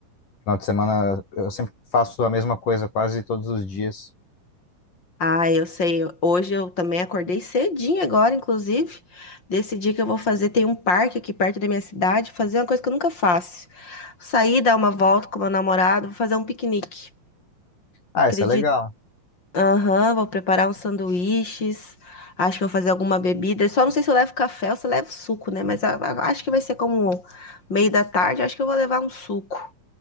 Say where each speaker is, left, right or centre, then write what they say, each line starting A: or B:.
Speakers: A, on the left; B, on the left.
A: Final de semana eu sempre faço a mesma coisa quase todos os dias.
B: Ah, eu sei. Hoje eu também acordei cedinho agora, inclusive. Decidi que eu vou fazer. Tem um parque aqui perto da minha cidade, fazer uma coisa que eu nunca faço. Sair, dar uma volta com meu namorado, vou fazer um piquenique.
A: Ah,
B: Acredito.
A: isso é legal.
B: Aham, vou preparar uns sanduíches. Acho que vou fazer alguma bebida. Só não sei se eu levo café ou se eu levo suco, né? Mas a- a- acho que vai ser como meio da tarde. Acho que eu vou levar um suco.